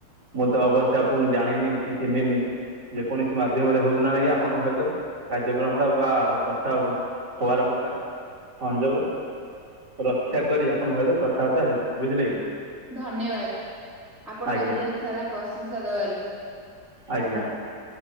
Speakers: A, on the right; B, in the centre.
A: ମୁଁ ତ ଅବଶ୍ୟ ଆପଣଙ୍କୁ ଜାଣିନି କି ଚିହ୍ନିନି ଯେକୌଣସି ମାଧ୍ୟମରେ ହଉ କି ନା ଆଜ୍ଞା ସହିତ କାର୍ଯ୍ୟକ୍ରମ ଟ ବା କଥା ହବାର ଗୋଟା ସଂଯୋଗ ରକ୍ଷା କରି ଆପଣଙ୍କ ସହିତ କଥାବାର୍ତ୍ତା ହେବି ବୁଝିଲେ କି
B: ଧନ୍ୟବାଦ ଆପଣ
A: ଆଜ୍ଞା
B: ମୋର ଏତେ ସାରା ପ୍ରଶଂସା ଦବାରୁ
A: ଆଜ୍ଞା।